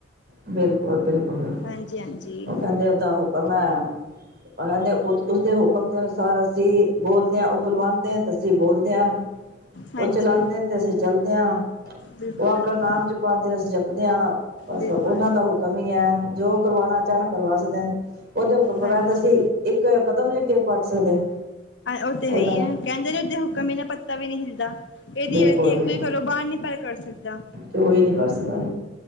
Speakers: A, on the right; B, on the left.
A: ਬਿਲਕੁਲ-ਬਿਲਕੁਲ,
B: ਹਾਂਜੀ ਹਾਂਜੀ
A: ਉਹ ਕਹਿੰਦੇ ਓਦਾ ਹੁਕਮ ਐ ਕਹਿੰਦੇ ਉਸਦੇ ਹੁਕਮ ਦੇ ਅਨੁਸਾਰ ਅਸੀਂ ਬੋਲਦੇ ਆਂ, ਉਹ ਬੁਲਵਾਉਂਦੇਨ ਤੇ ਅਸੀਂ ਬੋਲਦੇ ਆ।
B: ਹਾਂਜੀ
A: ਉਹ ਚਲਾਂਦੇਨ ਤੇ ਅਸੀਂ ਚਲਦੇ ਆਂ,
B: ਬਿਲਕੁਲ
A: ਉਹ ਆਪਣਾ
B: ਬਿਲਕੁਲ
A: ਨਾਮ ਜਪਾਂਦੇ ਨੇ ਅਸੀਂ ਜਪਦੇ ਆਂ।
B: ਬਿਲਕੁਲ
A: ਉਹਨਾਂ ਦਾ ਹੁਕਮ ਹੀ ਐ, ਜੋ ਕਰਵਾਣਾ ਅਚਾਨਕ ਕਰਵਾ ਸਕਦੇਨ, ਉਹਦੇ ਹੁਕਮ ਬਗੈਰ
B: ਹਾਂਜੀ
A: ਅਸੀਂ ਇੱਕ ਇੱਕ ਕਦਮ ਨੀ ਅੱਗੇ ਪੱਟ ਸਕਦੇ।
B: ਉਹ ਤੇ
A: ਉਹਦਾ
B: ਹੈਹੀ ਐ, ਕਹਿੰਦੇ ਨੇ ਉਹਦੇ ਹੁਕਮ ਬਿਨਾਂ ਪੱਤਾ ਵੀ ਨਹੀਂ ਹਿਲਦਾ। ਇਹਦੀ
A: ਬਿਲਕੁਲ
B: ਏਲਟੀ ਇਕ
A: ਬਿਲਕੁਲ
B: ਤੋ ਕਰੋ, ਬਾਹਰ ਨੀ ਪਰ ਕਰ ਸਕਦਾ।
A: ਕੋਈ ਨਹੀਂ ਵੱਸਦਾ।